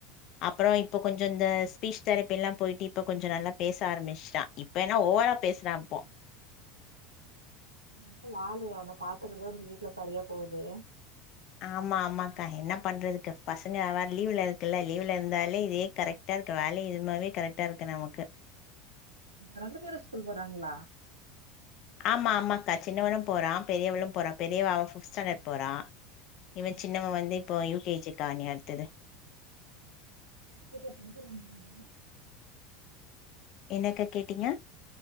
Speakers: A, on the left; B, on the right.
A: அப்புற இப்ப கொஞ்சோ இந்த ஸ்பீச் தெரப்பி எல்லா போயிட்டு இப்ப கொஞ்ச நல்லா பேச ஆரம்பிச்சட்டா இப்ப என்னா ஓவரா பேச்றாப்போ
B: நல்லா வாலு அவன பாத்துக்கறதே உனக் வீட்டுல சரியா போகுது
A: ஆமா ஆமாக்கா என்ன பண்றதுக்கு பசங்க அவா லீவுல இருக்குல்ல லீவ்ல இருந்தாலே இதே கரெக்ட்டா இருக்கு வேல இதுமாவே கரெக்ட்டா இருக்கு நமக்கு
B: ரெண்டு பேரு ஸ்கூல் போறாங்களா
A: ஆமா ஆமாக்கா சின்னவனு போறா பெரியவளு போறா பெரியவ அவெ ஃபிப்த் ஸ்டாண்டர்ட் போறா இவ சின்னவ வந்து இப்போ யூ கே ஜி காணியாடுத்தது
B: வீட்டுல படிக்கிறாங்கள வந்து
A: என்னக்க கேட்டீங்க